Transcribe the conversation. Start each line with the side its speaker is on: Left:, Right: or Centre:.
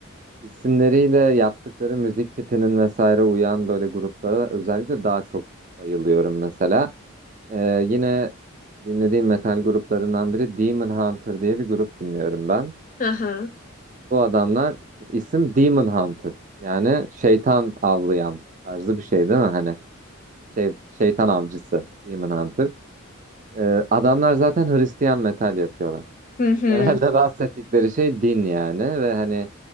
Right: isimleriyle yaptıkları müzik tipinin vesaire uyan böyle gruplara özellikle daha çok bayılıyorum mesela. Ee, yine dinlediğim metal gruplarından biri Demon Hunter diye bir grup dinliyorum ben.
Left: Hı hı.
Right: Bu adamlar isim Demon Hunter yani şeytan avlayan tarzı bir şey değil mi? Hani Şey, şeytan avcısı Demon Hunter. Ee, adamlar zaten Hristiyan metal yapıyorlar.
Left: Hı hı.
Right: Genelde <laughs> bahsettikleri şey din yani ve hani